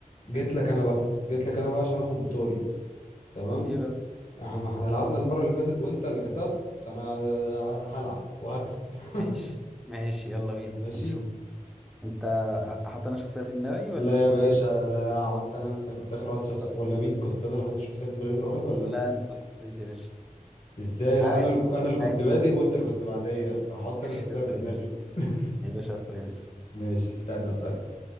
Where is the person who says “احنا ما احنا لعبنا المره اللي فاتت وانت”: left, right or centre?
Left